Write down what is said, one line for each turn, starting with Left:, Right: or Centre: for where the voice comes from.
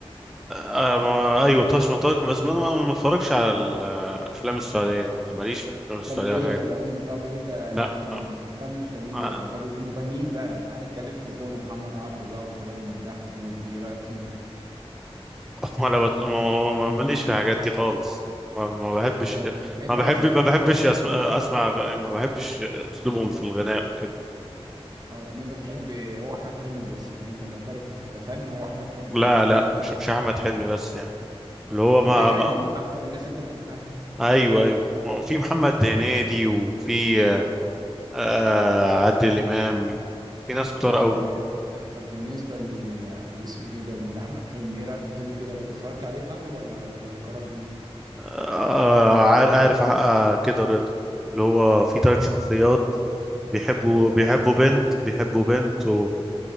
Centre: آه ما ايوه طرش مطار بس ما ما ما بتفرجش على الافلام السعوديه ماليش في الافلام
Right: خليجيه
Centre: السعوديه والحاجات
Right: في
Centre: دي
Right: العموم طب انت
Centre: لا
Right: ليك في ال-
Centre: لا.
Right: في الفن الخليجي
Centre: آه،
Right: ولا طب المغنيين بقى تعال نتكلم في الغنى محمد عبده بقى وطارق المداح والناس دي ايه رايك فيهم
Centre: ولا بت... ما ما- ما- ماليش في الحاجات دي خالص ما ما بحبش
Right: اه تمام انت
Centre: ما بحب
Right: بس بتحب
Centre: ما بحبش
Right: بس
Centre: اسمع, أسمع... غ- ما بحبش اسلوبهم في الغناء وكده
Right: اه تمام انت بتحب هو احمد حلمي بس يعني انت معترف كفن هو احمد حلمي
Centre: لا
Right: بس
Centre: لا
Right: يعني انت
Centre: مش مش احمد حلمي بس يعني
Right: آه.
Centre: اللي هو
Right: لا
Centre: ما,
Right: يعني
Centre: ما...
Right: من اكتر الناس انت بتحبها
Centre: ايوه ايوه في محمد
Right: أيوة.
Centre: هنيدي وفي آه... عادل امام في ناس كتار
Right: طيب
Centre: قوي
Right: طب بالنسبه لل اللي اسمه ايه ده لاحمد حلمي ايه رايك في فيلم كده رضا اتفرجت عليه وفاكره ولا ولا فكرك بيه
Centre: آه، عار- عارف آه، كده رضا اللي هو في ثلاث شخصيات بيحبوا
Right: ايوه
Centre: بيحبوا
Right: بالظبط
Centre: بنت بيحبوا بنت ومش